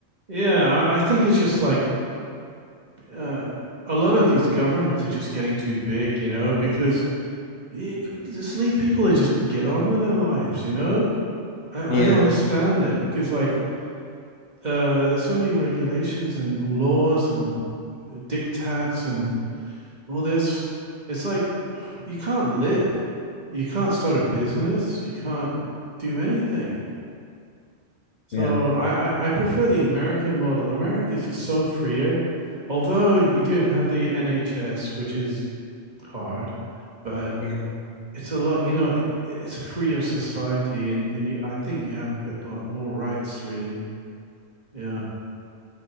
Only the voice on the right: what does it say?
yeah. I, I think it's just like uh, a lot of these governments are just getting too big, you know, because eh, just leave people to just get on with their lives, you know. I,
I don't understand it because like uh, there's so many regulations and laws and diktats and all this. It's like you can't live, you can't start a business, you can't do anything. So
I, I, I prefer the American model. America is just so freer, although you don't have the NHS, which is hard, but
it's a lot. You know, it, it's a freer society, and and you, I think you have a bit lot more rights, really. Yeah.